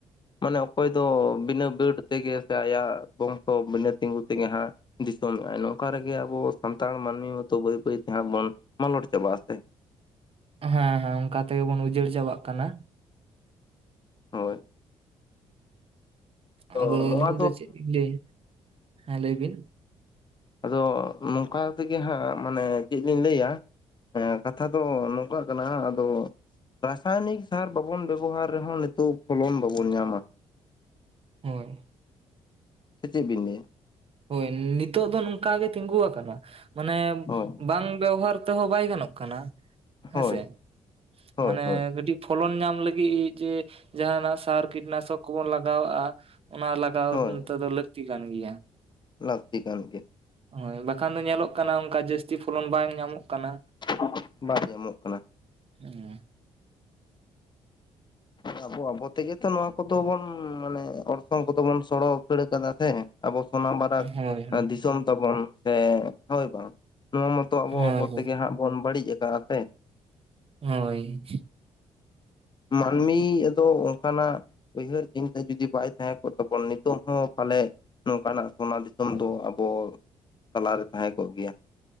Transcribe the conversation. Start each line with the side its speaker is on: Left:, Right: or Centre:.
Left: ᱢᱟᱱᱮ ᱚᱠᱚᱭ ᱫᱚ ᱵᱤᱱᱟᱹ ᱵᱟᱹᱰ ᱛᱮᱜᱮ ᱥᱮ ᱟᱭᱟᱜ ᱵᱚᱝᱥᱚ ᱵᱤᱱᱟᱹ ᱛᱤᱸᱜᱩ ᱛᱮᱜᱮ ᱦᱟᱸᱜ᱾ ᱫᱤᱥᱚᱢᱮᱜ ᱟᱭ ᱱᱚᱝᱠᱟ ᱨᱮᱜᱮ ᱟᱵᱚ ᱥᱟᱱᱛᱟᱲ ᱢᱟᱹᱱᱢᱤ ᱢᱚᱛᱚ ᱵᱟᱹᱭ ᱵᱟᱹᱭ ᱛᱮᱟᱸ ᱵᱚᱱ ᱢᱟᱞᱚᱴ ᱪᱟᱵᱟᱜ ᱟᱥᱮ
Right: ᱦᱮᱸ ᱦᱮᱸ ᱚᱱᱠᱟ ᱛᱮᱜᱮ ᱵᱚᱱ ᱩᱡᱟᱹᱲ ᱪᱟᱵᱟᱜ ᱠᱟᱱᱟ᱾
Left: ᱦᱳᱭ ᱛᱚ
Right: ᱟᱫᱚ
Left: ᱱᱚᱣᱟ
Right: ᱟᱹᱞᱤᱧ ᱫᱚ ᱪᱮᱫ ᱞᱤᱧ ᱞᱟᱹᱭ ᱦᱮᱸ ᱞᱟᱹᱭ ᱵᱤᱱ
Left: ᱟᱫᱚ ᱱᱚᱝᱠᱟ ᱛᱮᱜᱮ ᱦᱟᱸᱜ ᱢᱟᱱᱮ ᱪᱮᱫ ᱞᱤᱧ ᱞᱟᱹᱭᱟ ᱦᱮᱸ ᱠᱟᱛᱷᱟ ᱫᱚ ᱱᱚᱝᱠᱟᱜ ᱠᱟᱱᱟ ᱟᱫᱚ ᱨᱟᱥᱟᱭᱚᱱᱤᱠ ᱥᱟᱨ ᱵᱟᱵᱚᱱ ᱵᱮᱵᱚᱦᱟᱨ ᱨᱮᱦᱚᱸ ᱱᱤᱛᱚᱜ ᱯᱷᱚᱞᱚᱱ ᱵᱟᱵᱚᱱ ᱧᱟᱢᱟ
Right: ᱦᱳᱭ
Left: ᱥᱮᱪᱮᱫ ᱵᱤᱱ ᱞᱟᱹᱭᱟ
Right: ᱦᱳᱭ ᱱᱤᱛᱚᱜ ᱫᱚ ᱱᱚᱝᱠᱟ ᱜᱮ ᱛᱤᱸᱜᱩ ᱟᱠᱟᱱᱟ ᱢᱟᱱᱮ
Left: ᱦᱳᱭ
Right: ᱵᱟᱝ ᱵᱮᱣᱦᱟᱨ ᱛᱮᱦᱚᱸ ᱵᱟᱭ ᱜᱟᱱᱚᱜ ᱠᱟᱱᱟ ᱦᱮᱸᱥᱮ
Left: ᱦᱳᱭ ᱦᱳᱭ
Right: ᱢᱟᱱᱮ
Left: ᱦᱳᱭ
Right: ᱠᱟᱹᱴᱤᱡ ᱯᱷᱚᱞᱚᱱ ᱧᱟᱢ ᱞᱟᱹᱜᱤᱫ ᱡᱮ ᱡᱟᱦᱟᱱᱟᱼᱜ ᱥᱟᱨ ᱠᱤᱴᱱᱟᱥᱚᱠ ᱠᱚᱵᱚᱱ ᱞᱟᱜᱟᱣᱟᱜᱼᱟ ᱚᱱᱟ ᱞᱟᱜᱟᱣ
Left: ᱦᱳᱭ
Right: ᱱᱮᱛᱟᱨ ᱫᱚ ᱞᱟᱹᱠᱛᱤ ᱠᱟᱱ ᱜᱮᱭᱟ
Left: ᱞᱟᱹᱠᱛᱤ ᱠᱟᱱ ᱜᱮᱭᱟ
Right: ᱦᱳᱭ ᱵᱟᱠᱷᱟᱱ ᱫᱚ ᱧᱮᱞᱚᱜ ᱠᱟᱱᱟ ᱚᱱᱠᱟ ᱡᱟᱹᱥᱛᱤ ᱯᱷᱚᱞᱚᱱ ᱵᱟᱝ ᱧᱟᱢᱚᱼᱜ ᱠᱟᱱᱟ
Left: <unintelligible> ᱵᱟᱝ ᱧᱟᱢᱚᱜ ᱠᱟᱱᱟ
Right: <inaudible>
Left: ᱟᱵᱚ ᱟᱵᱚ ᱛᱮᱜᱮ ᱛᱚ ᱱᱚᱣᱟ ᱠᱚᱫᱚ ᱵᱚᱱ ᱢᱟᱱᱮ ᱚᱨᱬᱥᱚᱝ ᱠᱚᱫᱚ ᱵᱚᱱ ᱥᱚᱲᱚ ᱟᱹᱯᱚᱲ ᱠᱟᱫᱟ ᱥᱮ ᱟᱵᱚ ᱥᱳᱱᱟᱢᱟᱨᱟᱠ
Right: ᱦᱳᱭ ᱦᱳᱭ
Left: ᱫᱤᱥᱚᱢ ᱛᱟᱵᱚᱱ ᱥᱮ ᱦᱳᱭ ᱵᱟᱝ ᱱᱚᱣᱟ ᱢᱟ ᱛᱚ ᱟᱵᱚ
Right: ᱦᱳᱭ
Left: ᱟᱵᱚ ᱛᱮᱜᱮ ᱦᱟᱸᱜ ᱵᱚᱱ ᱵᱟᱹᱲᱤᱡ ᱟᱠᱫ ᱥᱮ
Right: ᱦᱳᱭ
Left: ᱢᱟᱹᱱᱢᱤ ᱟᱫᱚ ᱚᱱᱠᱟᱱᱟᱼᱜ ᱩᱭᱦᱟᱹᱨ ᱪᱤᱱᱛᱟᱹ ᱡᱩᱫᱤ ᱵᱟᱭ ᱛᱟᱦᱮᱸ ᱠᱚᱜ ᱛᱟᱵᱚᱱ ᱱᱤᱛᱚᱜ ᱦᱚᱸ ᱯᱟᱞᱮ ᱱᱚᱝᱠᱟᱱᱟᱼᱜ ᱥᱳᱱᱟ ᱫᱤᱥᱚᱢ ᱫᱚ ᱟᱵᱚ ᱛᱟᱞᱟᱨᱮ ᱛᱟᱦᱮᱸ ᱠᱚᱜ ᱜᱮᱭᱟ᱾